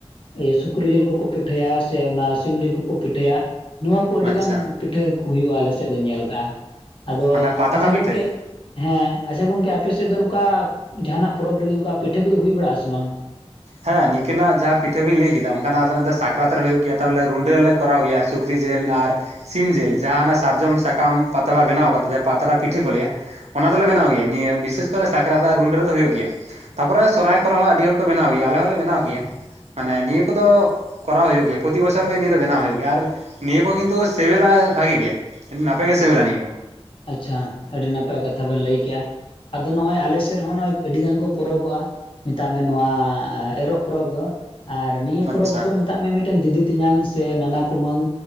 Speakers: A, on the left (about 55°); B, on the right (about 90°).
A: ᱤᱭᱟᱹ ᱥᱩᱠᱨᱤ ᱡᱤᱞ ᱠᱚᱠᱚ ᱯᱤᱴᱷᱟᱹᱭᱟ ᱥᱮ ᱚᱱᱟ ᱥᱤᱢ ᱡᱤᱞ ᱠᱚᱠᱚ ᱯᱤᱴᱷᱟᱹᱭᱟ ᱱᱚᱣᱟ ᱠᱚ ᱟᱹᱰᱤᱜᱟᱱ
B: ᱟᱪᱪᱷᱟ
A: ᱯᱤᱴᱷᱟᱹ ᱠᱩ ᱦᱩᱭᱩᱜᱼᱟ ᱟᱞᱮ ᱥᱮᱫ ᱫᱚ ᱧᱮᱞ ᱠᱟᱜᱼᱟ ᱟᱫᱚ
B: ᱢᱟᱱᱮ ᱯᱟᱛᱲᱟ
A: ᱟᱪᱪᱷᱟ ᱜᱚᱝᱠᱮ
B: ᱯᱤᱴᱷᱟᱹ
A: ᱦᱮᱸ ᱟᱪᱪᱷᱟ ᱜᱚᱝᱠᱮ ᱟᱯᱮ ᱥᱮᱫ ᱫᱚ ᱱᱚᱝᱠᱟ ᱡᱟᱦᱟᱱᱟᱜ ᱯᱚᱨᱚᱵᱽ ᱨᱮᱜᱮ ᱚᱱᱠᱟ ᱯᱤᱴᱷᱟᱹ ᱠᱚᱫᱚ ᱦᱩᱭ ᱵᱟᱲᱟᱜ ᱟ ᱥᱮ ᱵᱟᱝ
B: ᱦᱮᱸ ᱱᱤᱠᱟᱹᱱᱟᱜ ᱡᱟᱦᱟᱸ ᱯᱤᱴᱷᱟᱹ ᱵᱤᱱ ᱞᱟᱹᱭ ᱠᱮᱫᱟ ᱚᱱᱠᱟᱱᱟᱜ ᱟᱫᱚ ᱥᱟᱠᱨᱟᱛ ᱨᱮ ᱦᱳᱭᱳᱜ ᱜᱮᱭᱟ ᱛᱚᱵᱚᱞᱮ ᱨᱩᱰᱟᱹᱞᱮ ᱠᱚᱨᱟᱣ ᱜᱮᱭᱟ ᱥᱩᱠᱨᱤ ᱡᱤᱞ ᱟᱨ ᱥᱤᱢ ᱡᱤᱞ ᱡᱟᱦᱟᱱᱟᱜ ᱥᱟᱨᱡᱚᱢ ᱥᱟᱠᱟᱢ ᱯᱟᱛᱲᱟ ᱵᱮᱱᱟᱣ ᱠᱟᱛᱮ ᱡᱟᱦᱟᱸ ᱯᱟᱛᱲᱟ ᱯᱤᱴᱷᱟᱹ ᱠᱚ ᱞᱟᱹᱭᱟ ᱚᱱᱟ ᱫᱚᱞᱮ ᱵᱮᱱᱟᱣ ᱜᱮᱭᱟ ᱱᱤᱭᱟᱹ ᱵᱤᱥᱮᱥ ᱠᱚᱨᱮ ᱥᱟᱠᱨᱟᱛ ᱟᱨ ᱨᱩᱰᱟᱸ ᱨᱮᱫᱚ ᱦᱳᱭᱳᱜ ᱜᱮᱭᱟ ᱛᱟᱯᱚᱨᱮ ᱥᱚᱨᱦᱟᱭ ᱠᱚᱨᱮ ᱦᱚᱸ ᱟᱹᱰᱤ ᱦᱚᱲ ᱠᱚ ᱵᱮᱱᱟᱣ ᱜᱮᱭᱟ ᱟᱞᱮ ᱦᱚᱸᱞᱮ ᱵᱮᱱᱟᱣ ᱜᱮᱭᱟ ᱢᱟᱱᱮ ᱱᱤᱭᱟᱹ ᱠᱚᱫᱚ ᱠᱚᱨᱟᱣ ᱦᱳᱭᱳᱜ ᱜᱮᱭᱟ ᱯᱨᱚᱛᱤ ᱵᱚᱪᱷᱚᱨ ᱜᱮ ᱱᱤᱭᱟᱹ ᱫᱚ ᱵᱮᱱᱟᱣ ᱦᱩᱭᱩᱜ ᱜᱮᱭᱟ ᱟᱨ ᱱᱤᱭᱟᱹ ᱠᱚ ᱠᱤᱱᱛᱩ ᱥᱮᱵᱮᱞᱟ ᱵᱷᱟᱜᱤ ᱜᱮ ᱱᱟᱯᱟ ᱜᱮ ᱥᱮᱵᱮᱞᱟ ᱱᱤᱭᱟᱹ ᱠᱚ
A: ᱟᱪᱪᱷᱟ ᱟᱹᱰᱤ ᱱᱟᱯᱟᱭ ᱠᱟᱛᱷᱟ ᱵᱮᱱ ᱞᱟᱹᱭ ᱠᱮᱜᱼᱟ ᱟᱫᱚ ᱱᱚᱜᱼᱚᱭ ᱟᱞᱮ ᱥᱮᱫ ᱦᱚᱸ ᱱᱚᱜᱚᱭ ᱟᱹᱰᱤ ᱜᱟᱱ ᱠᱚ ᱯᱚᱨᱚᱵᱚᱜᱼᱟ ᱢᱮᱛᱟᱜ ᱢᱮ ᱱᱚᱣᱟ ᱮᱨᱚᱜ ᱯᱚᱨᱚᱵᱽ ᱫᱚ ᱟᱨ ᱱᱤᱭᱟᱹ ᱯᱚᱨᱚᱵᱽ
B: ᱟᱪᱪᱷᱟ
A: ᱫᱚ ᱢᱮᱛᱟᱜ ᱢᱮ ᱢᱤᱜ ᱢᱤᱫᱴᱮᱱ ᱫᱤᱫᱤ ᱛᱮᱭᱟᱝ ᱥᱮ ᱱᱟᱱᱟ ᱠᱩᱢᱟᱹᱝ